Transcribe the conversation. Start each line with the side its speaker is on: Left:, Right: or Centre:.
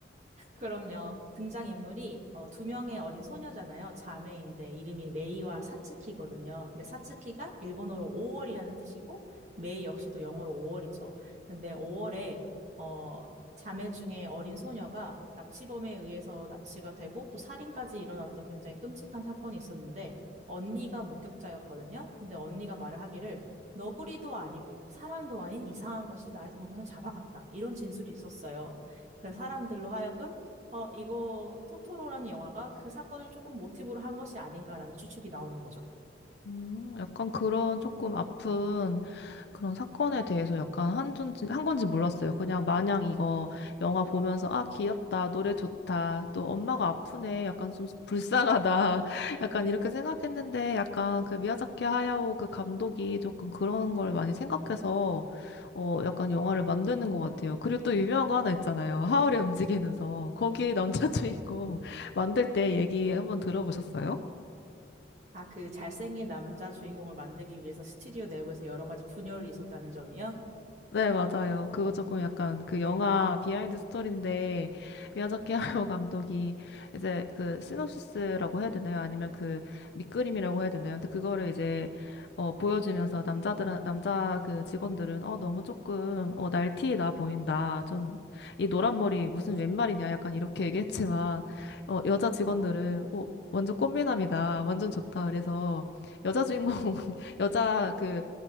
Right: 그럼요. 등장인물이 어, 두 명의 어린 소녀잖아요. 자매인데 이름이 메이와 사츠키거든요. 근데 사츠키가 일본어로 5월이라는 뜻이고 메이 역시도 영어로 5월이죠. 근데 5월에 어, 자매 중에 어린 소녀가 납치범에 의해서 납치가 되고 또 살인까지 일어났던 굉장히 끔찍한 사건이 있었는데 언니가 목격자였거든요. 근데 언니가 말을 하기를 너구리도 아니고 사람도 아닌 이상한 것이 나의 동생을 잡아갔다. 이런 진술이 있었어요. 그래서 사람들로 하여금 어, 이거 토토로라는 영화가 그 사건을 조금 모티브로 한 것이 아닌가라는 추측이 나오는 거죠.
Left: 음, 약간 그런 조금 아픈 그런 사건에 대해서 약간 한 건지, 한 건지 몰랐어요. 그냥 마냥 이거 영화 보면서, 아, 귀엽다, 노래 좋다, 또 엄마가 아프네, 약간 좀 불쌍하다, <laughs> 약간 이렇게 생각했는데, 약간 그 미야자키 하야오 그 감독이 조금 그런 걸 많이 생각해서, 어, 약간 영화를 만드는 것 같아요. 그리고 또 유명한 거 하나 있잖아요. 하울의 움직이는 성. 거기에 남자 주인공 <laughs> 만들 때 얘기 한번 들어보셨어요?
Right: 아, 그 잘생긴 남자 주인공을 만들기 위해서 스튜디오 내부에서 여러 가지 분열이 있었다는 점이요?
Left: 네, 맞아요. 그거 조금 약간 그 영화 비하인드 스토리인데 미야자키 하야오 <laughs> 감독이 이제 그 시놉시스라고 해야 되나요? 아니면 그 밑그림이라고 해야 되나요? 근데 그거를 이제 어 보여주면서 남자들은 남자 그 직원들은 어 너무 조금 어 날티 나 보인다. 좀 이 노란 머리 무슨 웬 말이냐 약간 이렇게 얘기했지만 어 여자 직원들은 어 완전 꽃미남이다. 완전 좋다. 그래서 여자 주인공 <laughs> 여자 그